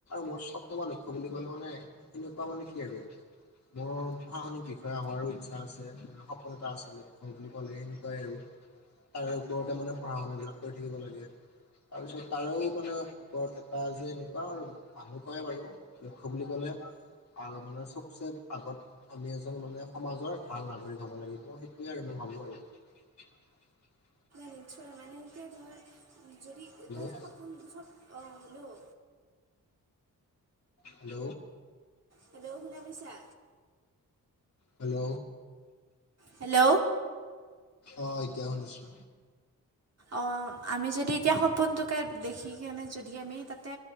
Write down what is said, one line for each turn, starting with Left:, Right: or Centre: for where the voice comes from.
Left: মোৰ স্বপ্ন বা লক্ষ্য বুলি ক'লে মানে এনেকুৱা মানে কি আৰু মোৰ প্ৰশাসনিক বিষয়া হোৱাৰো ইচ্ছা আছে মানে সপোন এটা আছে লক্ষ্য বুলি ক'লে সেনেকুৱাই আৰু তাৰে ওপৰতে মানে পঢ়া শুনা বিলাক কৰি থাকিব লাগে তাৰপিছত তাৰেও মানে ওপৰত এটা যে এনেকুৱা আৰু মানুহ কয় বাৰু লক্ষ্য বুলি কলে আৰু মানে চবচে আগত আমি এজন মানে সমাজৰ ভাল নাগৰিক হব লাগিব সেইটোয়ে আৰু ম ভাবো আৰু।
Right: নিশ্চয় মানে এতিয়া ধৰ যদি
Left: হেল্ল'
Right: এাৰ সপোন চব অ', হ'লেও
Left: হেল্ল'।
Right: হেল্ল' শুনা পাইছা
Left: হেল্ল'।
Right: হেল্ল'।
Left: অ', এতিয়া শুনিছো
Right: অ', আমি যদি এতিয়া সপোনটোকে দেখি কেনে যদি আমি তাতে